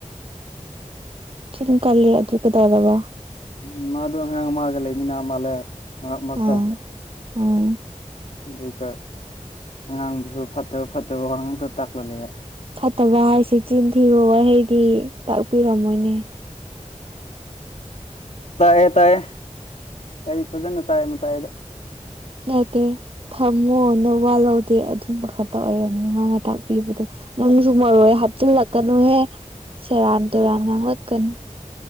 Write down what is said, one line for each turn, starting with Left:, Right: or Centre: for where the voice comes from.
Right: ꯆꯤꯡ ꯀꯜꯂꯤ ꯑꯗꯨ ꯀ ꯇꯔꯕ
Left: ꯎ ꯃꯥꯗꯣ ꯑꯉꯥꯡ ꯃꯥꯒ ꯂꯩꯃꯤꯅ ꯃꯥꯜꯂꯦ ꯃꯔꯛ ꯃꯔꯛꯇ
Right: ꯑꯝ ꯑꯝ
Left: ꯑꯗꯨꯒ ꯑꯉꯥꯡꯗꯨꯁꯨ ꯐꯠꯇꯕ ꯐꯠꯇꯕ ꯋꯥꯉꯥꯡꯗ ꯇꯥꯛꯂꯛꯂꯦ
Right: ꯐꯠꯇꯕ ꯍꯥꯏꯁꯤ ꯆꯤꯟ ꯊꯤꯕ ꯋꯥꯍꯩꯗꯤ ꯇꯥꯛꯄꯤꯔꯝꯃꯣꯏꯅꯦ
Left: ꯇꯥꯛꯑꯦ ꯇꯥꯛꯑꯦ ꯑꯩ ꯐꯖꯅ ꯇꯥꯏ ꯃꯇꯥꯏꯗ
Right: ꯅꯠꯇꯦ ꯊꯝꯃꯣꯅ ꯋꯥꯠꯍꯧꯗꯦ ꯑꯗꯨꯝꯕ ꯈꯛꯇ ꯑꯣꯏꯔꯝꯅꯤ ꯃꯥꯅ ꯇꯥꯛꯄꯤꯕꯗꯣ ꯅꯪꯁꯨ ꯃꯔꯣꯏ ꯍꯥꯞꯆꯤꯜꯂꯛꯀꯅꯨꯍꯦ ꯁꯦꯔꯥꯟ ꯇꯨꯔꯥꯟ ꯉꯥꯡꯂꯛꯀꯅꯨ